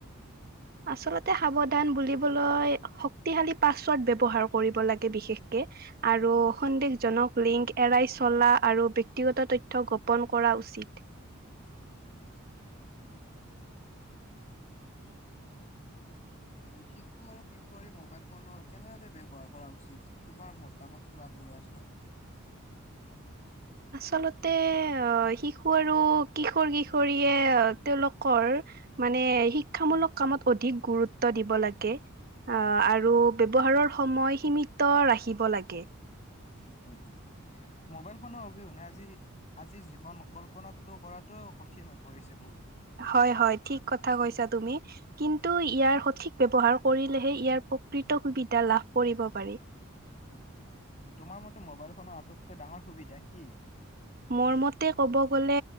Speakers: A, on the right; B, on the left.
A: আচলতে সাৱধান বুলিবলৈ শক্তিশালী পাছৱৰ্ড ব্যৱহাৰ কৰিব লাগে বিশেষকে, আৰু সন্দেহজনক লিংক এৰাই চলা আৰু ব্যক্তিগত তথ্য গোপন কৰা উচিত।
B: উম আৰু শিশু আৰু কিশোৰী মোবাইল ফোনৰ কেনেদৰে ব্যৱহাৰ কৰা উচিত তোমাৰ মতামতটো আগবঢ়োৱাচোন।
A: আচলতে আহ শিশু আৰু কিশোৰ কিশোৰীয়ে তেওঁলোকৰ মানে শিক্ষামূলক কামত অধিক গুৰুত্ব দিব লাগে আহ আৰু ব্যৱহাৰৰ সময় সীমিত ৰাখিব লাগে।
B: উম উম মোবাইল ফোনৰ অবিহনে আজিৰ জীৱন কল্পনাটো কৰাটো কঠিন হৈ পৰিছে বহু
A: হয় হয় ঠিক কথা কৈছা তুমি কিন্তু ইয়াৰ সঠিক ব্যয়হাৰ কৰিলেহে ইয়াৰ প্ৰকৃত সুবিধা লাভ কৰিব পাৰি
B: তোমাৰ মতে মোবাইলখনৰ আটাইতকৈ ডাঙৰ সুবিধা কি
A: মোৰ মতে ক'ব গ'লে